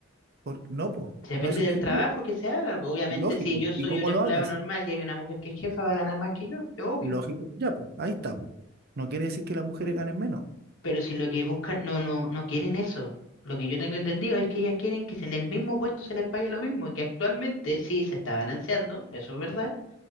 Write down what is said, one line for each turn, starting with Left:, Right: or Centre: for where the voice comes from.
Right: por, no, pues,
Left: Depende
Right: no es subjetivo,
Left: del trabajo que se haga. pues, Obviamente,
Right: lógico.
Left: si yo soy
Right: ¿Y cómo
Left: un empleado
Right: lo hagas?
Left: normal y hay una mujer que es jefa, va a ganar más que yo, es obvio.
Right: Lógico. Ya, pues, ahí está, pues. No quiere decir que las mujeres ganen menos.
Left: Pero si lo que buscan, no, no, no quieren eso. Lo que yo tengo entendido es que ellas quieren que si en el mismo puesto se les pague lo mismo, y que actualmente sí se está balanceando, eso es verdad,